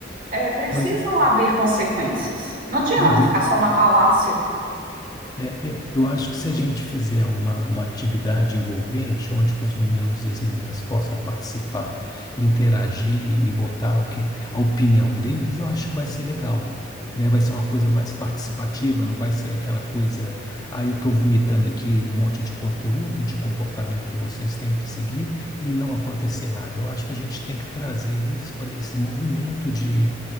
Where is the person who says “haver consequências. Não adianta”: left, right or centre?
Right